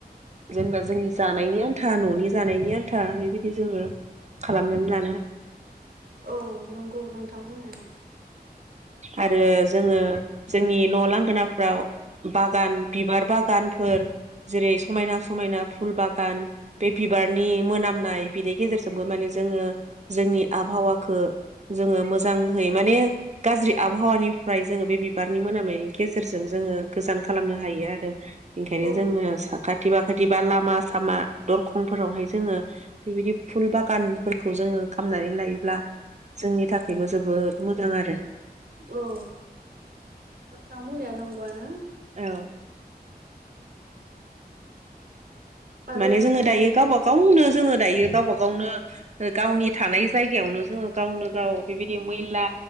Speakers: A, on the right; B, on the right.
A: जेनेबा जोंनि जानायनि आन्था न'नि जानायनि आन्था बेबायदि जोङो खालामना
B: औ नंगौ नोंथां बुंनाया
A: आरो जोङो जोंनि न' लांगोनाफ्राव बागान बिबार बागानफोर जेरै समायना स समायना फुल बागान बे बिबारनि मोनामनाय बेनि गेजेरजोंबो माने जोङो जोंनि आबहावाखौ जोङो मोजांहै माने गाज्रि आबहावानिफ्राय जोङो बे बिबारनि मोनामनायनि गेजेरजों जोङो गोजान खालामनो हायो आरो। ओंखायनो
B: औ
A: जोंनो साखाथि बा फायदिबा लामा सामा दरखंफोरावहाय जोङो बेबायदि फुल बागानफोरखौ जोङो खामनानै लायोब्ला जोंनि थाखायबो जोबोद मोजां आरो।
B: औ दाव मुलिया नंगौआनो।
A: औ
B: आरो
A: माने जोङो
B: दानिया
A: दायो गाबा गावनो जोङो दायो गाबा गावनो ओ गावनि थानाय जायगायावनो जोङो गावनो गाव बेबायदि मैला